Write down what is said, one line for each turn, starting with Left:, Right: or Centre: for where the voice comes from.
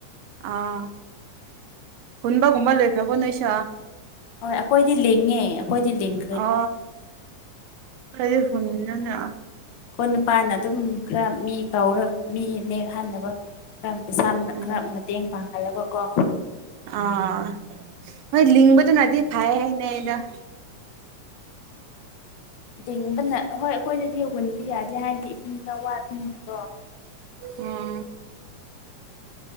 Right: ꯑꯥ ꯍꯨꯟꯕꯒꯨꯝꯕ ꯂꯣꯏꯈ꯭ꯔꯕꯣ ꯅꯣꯏ ꯁꯨ
Left: ꯍꯣꯏ ꯑꯩꯈꯣꯏꯗꯤ ꯂꯤꯡꯉꯦ ꯑꯩꯈꯣꯏꯗꯤ ꯂꯤꯡ
Right: ꯑ ꯈꯣꯏ ꯍꯨꯟꯅꯅꯦ
Left: ꯑꯩꯈꯣꯏ ꯅꯨꯄꯥꯅ ꯑꯗꯨꯝ ꯈꯔ ꯃꯤ ꯀꯥꯎꯔ ꯃꯤ ꯅꯦꯛꯍꯟꯅꯕ ꯈꯔ ꯄꯩꯁꯥ
Right: ꯎꯝ
Left: ꯈꯔ ꯃꯇꯦꯡ ꯄꯥꯡꯍꯜꯂꯕꯀꯣ
Right: ꯑꯥ ꯍꯣꯏ ꯂꯤꯡꯕꯗꯨꯅꯗꯤ ꯐꯩ ꯍꯥꯏꯅꯦꯗ
Left: ꯂꯤꯡꯕꯅ ꯍꯣꯏ ꯑꯩꯈꯣꯏꯗꯗꯤ ꯍꯨꯟꯕ ꯌꯥꯗꯦ ꯍꯥꯏꯗꯤ ꯏꯁꯤꯡ ꯈꯔ ꯋꯥꯕꯅꯤꯅꯀꯣ
Right: ꯎꯝ